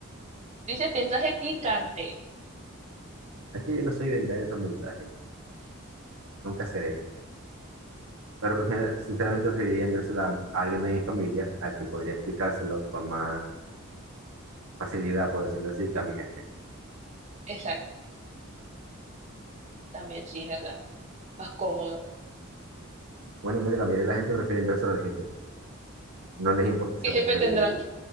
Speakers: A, on the right (about 35°); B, on the right (about 85°).
A: Dice mensaje picante.
B: Es que yo no soy de enviar esos mensajes. Nunca seré. Pero prefiero- sinceramente preferiría enviárselo a, a alguien de mi familia, a quien podría explicárselo con más facilidad, por decirlo así, que a mi jefe.
A: Exacto. También sí, es verdad. Más cómodo.
B: Bueno, mire, la mayoría de la gente prefiere inverso al jefe. No les importa
A: ¿Qué
B: ser
A: jefe
B: despedido.
A: tendrán?